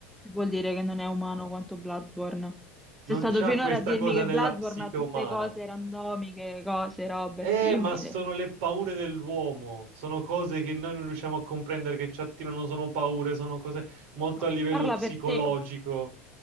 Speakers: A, in the centre; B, on the right.
A: vuol dire che non è umano quanto Bloodborne. Sei
B: Non
A: stato
B: c'ha
A: finora
B: questa
A: a dirmi
B: cosa
A: che
B: nella
A: Bloodborne
B: psiche
A: ha tutte
B: umana.
A: cose randomiche, cose, robe
B: Eh,
A: simili.
B: ma sono le paure dell'uomo, sono cose che noi non riusciamo a comprendere, che ci attirano, sono paure, sono cose molto
A: No,
B: a livello
A: parla
B: psicologico.
A: per te.